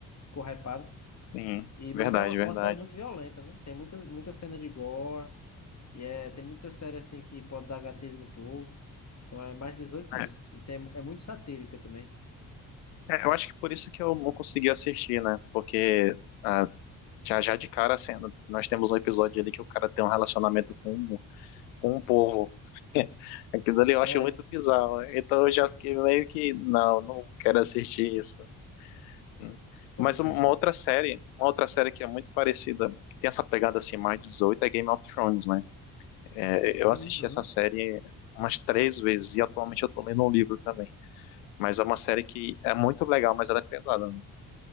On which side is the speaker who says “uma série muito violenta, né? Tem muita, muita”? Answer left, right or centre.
Left